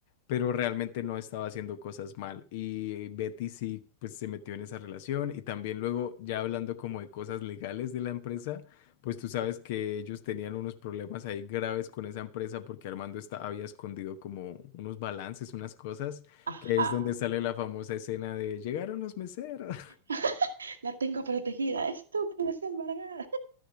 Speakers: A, on the left; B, on the right.
A: pero realmente no estaba haciendo cosas mal. Y Betty sí, pues se metió en esa relación. Y también luego, ya hablando como de cosas legales de la empresa, pues tú sabes que ellos tenían unos problemas ahí graves con esa empresa porque Armando está, había escondido como unos balances, unas cosas,
B: Ajá.
A: que es donde sale la famosa escena de llegaron los meseros. <laughs>
B: <laughs> La tengo protegida, estúpida, es embargada.